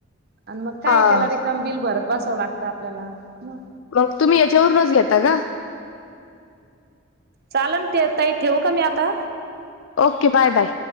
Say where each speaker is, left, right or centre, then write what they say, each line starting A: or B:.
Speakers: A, on the right; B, on the left.
A: आणि मग काय
B: हा
A: त्याला रिकाम बिल भरत बसावं लागतं आपल्याला मग
B: मग तुम्ही याच्यावरूनच घेता का
A: चालन ते ताई ठेवू का मी आता
B: ओके बाय बाय